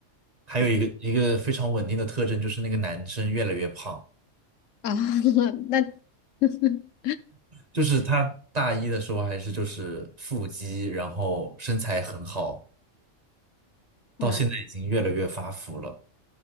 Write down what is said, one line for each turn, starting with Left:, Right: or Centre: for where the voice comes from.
Right: 还有一个一个非常稳定的特征就是那个男生越来越胖，
Left: 嗯啊，<laughs> 那 <laughs>
Right: 就是他大一的时候还是就是腹肌，然后身材很好，
Left: 啊，
Right: 到现在已经越来越发福了，